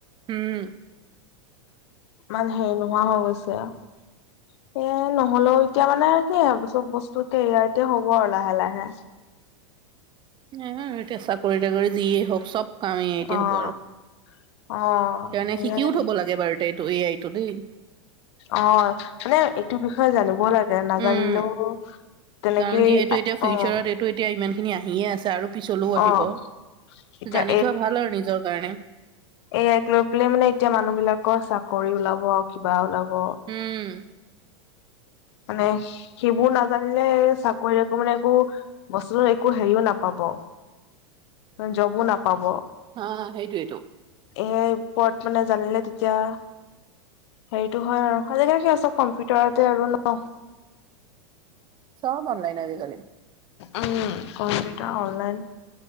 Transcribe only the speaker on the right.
উম
অ এতিয়া চাকৰি তাকৰি যিয়েই হওক চব কাম এই আইতে
হ'ব আৰু সেইকাণে
শিকিও থব লাগে বাৰু এইটো এই আইটো দেই
উম
কাৰণ যিহেতু এতিয়া ফিউচাৰত
এইটো এতিয়া ইমান খিনি আহিয়ে আছে, আৰু পিছলৈও আহিব।
জানি থোৱা ভাল আৰু নিজৰ কাৰণে।
উম।
হা সেইটোৱেইটো।
চব অনলাইন আজিকালি।